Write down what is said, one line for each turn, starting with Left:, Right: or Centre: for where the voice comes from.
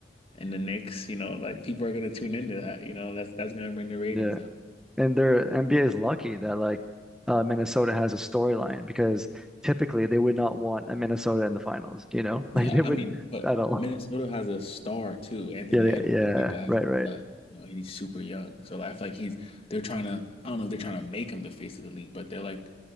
Left: and the Knicks. You know, like people are gonna tune into that. You know, that's that's gonna bring the ratings
Centre: Yeah,
Left: up.
Centre: and their NBA is lucky that like uh, Minnesota has a storyline because typically they would not want a Minnesota in the finals. You know, <laughs>
Left: Yeah,
Centre: like they wouldn't
Left: I mean, but
Centre: at all.
Left: Minnesota
Centre: <laughs>
Left: has a star too, Anthony
Centre: Yeah, yeah,
Left: Edwards.
Centre: yeah,
Left: That guy's
Centre: right,
Left: a
Centre: right.
Left: stud. You know, he's super young. So like, I feel like he's they're trying to I don't know if they're trying to make him the face of the league, but they're like